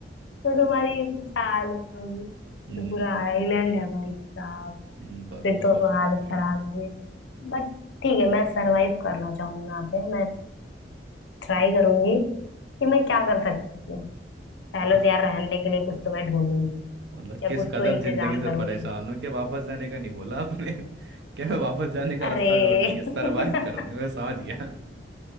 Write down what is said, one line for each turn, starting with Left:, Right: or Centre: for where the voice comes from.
Left: तो तुम्हारी चाल होगी ये
Right: हम्म
Left: तो पूरा आइलैंड है भाई साहब
Right: हम्म, बात
Left: फिर
Right: तो सोचने
Left: तो हालत
Right: वाली
Left: खराब
Right: है <laughs>
Left: हुई बट ठीक है मैं सरवाइव करना चाहूंगा यहाँ पे मैं ट्राई करूंगी कि मैं क्या कर सकती हूँ पहले
Right: वाह,
Left: तो यार रहने के लिए कुछ तो मैं ढूंढूंगी
Right: मतलब
Left: या
Right: किस
Left: कुछ
Right: कदर
Left: तो इंतजाम
Right: जिंदगी से
Left: करूंगी
Right: परेशान हो कि वापस जाने का नहीं बोला आपने <laughs> क्या मैं वापस जाने का
Left: अरे
Right: रास्ता ढूंढूंगी सरवाइव
Left: <laughs>
Right: करूंगी मैं समझ गया <laughs>